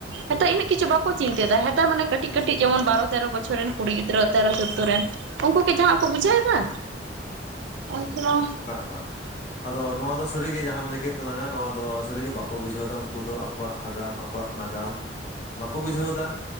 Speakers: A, on the right; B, on the left.
A: ᱦᱮᱸᱛᱟᱨ ᱤᱱᱟᱹᱜ ᱠᱤᱷᱩ ᱵᱟᱠᱚ ᱪᱤᱱᱛᱟᱹᱭᱮᱫᱟ ᱦᱮᱸᱛᱟᱨ ᱢᱟᱱᱮ ᱠᱟᱹᱴᱤᱡ ᱠᱟᱹᱴᱤᱡ ᱡᱮᱢᱚᱱ ᱵᱟᱨᱚ ᱛᱮᱨᱚ ᱵᱚᱪᱷᱨ ᱨᱮᱱ ᱠᱩᱲᱤ ᱜᱤᱫᱽᱨᱟᱹ ᱛᱮᱨᱚ ᱪᱚᱫᱫᱳ ᱨᱮᱱ᱾ ᱩᱱᱠᱩ ᱠᱤ ᱡᱟᱸᱦᱟᱱᱟᱜ ᱠᱚ ᱵᱩᱡᱷᱟᱹᱣ ᱮᱫᱟ? ᱩᱱᱠᱩ ᱢᱟ
B: ᱵᱟᱝ ᱵᱟᱝ, ᱟᱫᱚ ᱱᱚᱣᱟ ᱫᱚ ᱥᱟᱹᱨᱤᱜᱮ ᱡᱟᱦᱟᱸᱢ ᱞᱟᱹᱭ ᱠᱮᱫ ᱛᱟᱞᱟᱝᱼᱟ ᱱᱚᱣᱟ ᱫᱚ ᱥᱟᱹᱨᱤᱜᱮ ᱵᱟᱠᱚ ᱵᱩᱡᱷᱟᱹᱣᱫᱟ ᱩᱱᱠᱩ ᱫᱚ ᱟᱠᱚᱣᱟᱜ ᱟᱜᱟᱢ, ᱟᱠᱚᱣᱟᱜ ᱱᱟᱜᱟᱢ᱾ ᱵᱟᱠᱚ ᱵᱩᱡᱷᱟᱹᱣᱫᱟ᱾